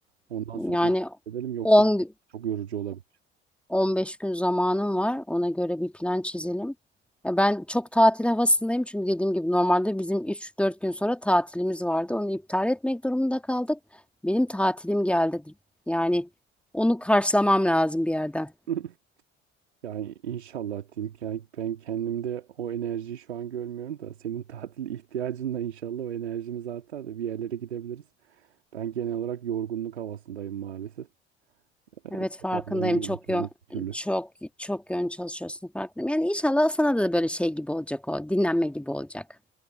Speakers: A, on the right; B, in the centre.
A: Ondan sonra
B: Yani
A: edelim yoksa
B: 10.
A: çok yorucu olabilir.
B: 15 gün zamanım var. Ona göre bir plan çizelim. Ya ben çok tatil havasındayım çünkü dediğim gibi normalde bizim üç dört gün sonra tatilimiz vardı. Onu iptal etmek durumunda kaldık. Benim tatilim geldi. Yani onu karşılamam lazım bir yerden.
A: <laughs> Yani inşallah diyeyim ki yani ben kendimde o enerjiyi şu an görmüyorum da senin <laughs> tatil ihtiyacınla inşallah o enerjimiz artar da bir yerlere gidebiliriz. Ben genel olarak yorgunluk havasındayım maalesef. Ee,
B: Evet
A: toparlayamıyorum
B: farkındayım. Çok
A: kendimi
B: yön,
A: bir türlü.
B: çok çok yön çalışıyorsun farkındayım. Yani inşallah sana da böyle şey gibi olacak o. Dinlenme gibi olacak.